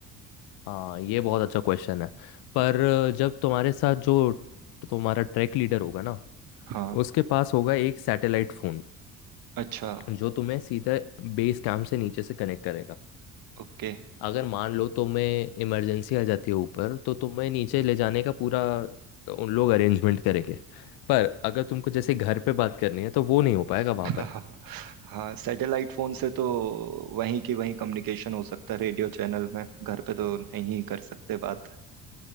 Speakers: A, on the left; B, on the right.
A: हाँ ये बहुत अच्छा क्वेश्चन है पर जब तुम्हारे साथ जो तुम्हारा ट्रैक लीडर होगा ना
B: हाँ
A: उसके पास होगा एक सैटेलाइट फोन
B: अच्छा
A: जो तुम्हें सीधा बेस कैंप से नीचे से कनेक्ट करेगा
B: ओके
A: अगर मान लो तुम्हें इमरजेंसी आ जाती है ऊपर तो तुम्हें नीचे ले जाने का पूरा उन लोग अरेंजमेंट करेंगे पर अगर तुमको जैसे घर पे बात करनी है तो वो नहीं हो पाएगा वहाँ
B: <laughs>
A: पे
B: हाँ सैटेलाइट फोन से तो वहीं की वहीं कम्युनिकेशन हो सकता है रेडियो चैनल में घर पे तो नहीं कर सकते बात